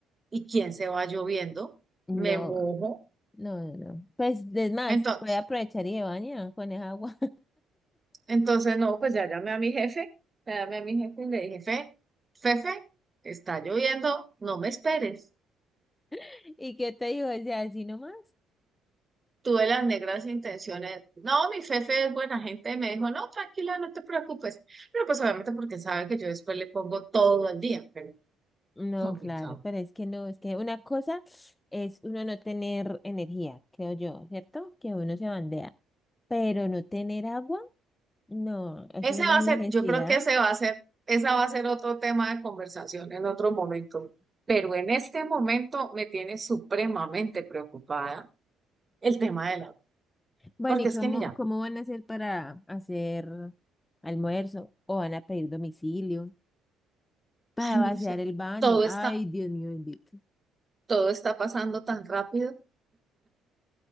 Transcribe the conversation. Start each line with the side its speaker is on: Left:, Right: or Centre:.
Right: y quién se va lloviendo,
Left: No,
Right: me mojo.
Left: no, no, no. Pues, es más,
Right: Entonces,
Left: voy a aprovechar y de baña con esa agua.
Right: Entonces, no, pues ya llamé a mi jefe, ya llamé a mi jefe y le dije, jefe, jefe, está lloviendo, no me esperes.
Left: <laughs> ¿Y qué te digo? O sea, así nomás.
Right: Tuve las negras intenciones. No, mi jefe es buena gente, me dijo, no, tranquila, no te preocupes. Pero pues obviamente porque sabe que yo después le pongo todo el día, pero
Left: No,
Right: complicado.
Left: claro, pero es que no, es que una cosa es uno no tener energía, creo yo, ¿cierto? Que uno se bandea. Pero no tener agua, no, es
Right: Ese
Left: una
Right: va a
Left: necesidad.
Right: ser, yo creo que ese va a ser, esa va a ser otro tema de conversación en otro momento. Pero en este momento me tiene supremamente preocupada el tema de la,
Left: Bueno,
Right: porque
Left: ¿y cómo,
Right: es que mira,
Left: cómo van a hacer para hacer almuerzo? ¿O van a pedir domicilio? Para
Right: Ay, no
Left: vaciar
Right: sé.
Left: el baño.
Right: Todo
Left: Ay,
Right: está,
Left: Dios mío bendito.
Right: todo está pasando tan rápido.